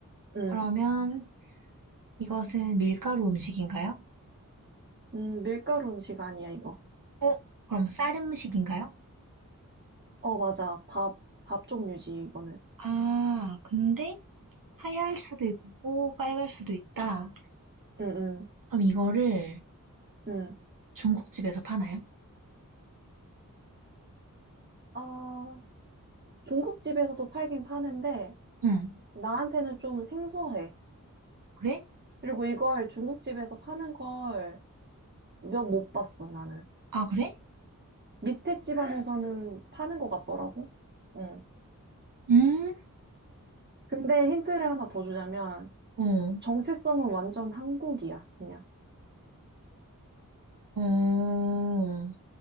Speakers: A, on the right (about 30°); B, on the right (about 75°).
A: 응.
B: 그러면 이것은 밀가루 음식인가요?
A: 음, 밀가루 음식 아니야, 이거.
B: 어, 그럼 쌀 음식인가요?
A: 어, 맞아. 밥, 밥 종류지, 이거는.
B: 아, 근데 하얄 수도 있고 빨갈 수도 있다.
A: 응, 응,
B: 그럼 이거를
A: 응.
B: 중국집에서 파나요?
A: 아, 중국집에서도 팔긴 파는데,
B: 응,
A: 나한테는 좀 생소해.
B: 그래?
A: 그리고 이걸 중국집에서 파는 걸 몇 못 봤어, 나는.
B: 아, 그래?
A: 밑에 지방에서는 파는 것 같더라고. 응.
B: 음,
A: 근데 힌트를 하나 더 주자면,
B: 어,
A: 정체성은 완전 한국이야, 그냥.
B: 어,